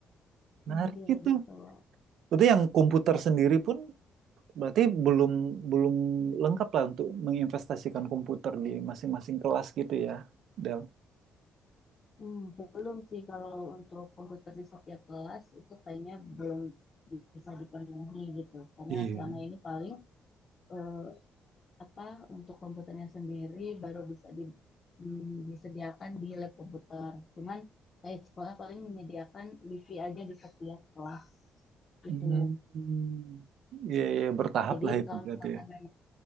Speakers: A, on the right; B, on the left.
A: Menarik
B: Hmm, iya
A: itu.
B: betul
A: Berarti yang komputer sendiri pun berarti belum belum lengkap lah untuk menginvestasikan komputer di masing-masing kelas gitu ya, Del.
B: Hmm, belum sih kalau untuk komputer di setiap kelas itu kayaknya belum bisa dipenuhi gitu karena
A: Iya.
B: selama ini paling eh, apa untuk komputernya sendiri baru bisa di- mm, disediakan di lab komputer. Cuman kayak sekolah paling menyediakan wifi aja di setiap kelas gitu.
A: Hmm. Iya, iya, bertahap
B: Jadi
A: lah itu
B: kalau
A: berarti
B: misalkan
A: ya.
B: memang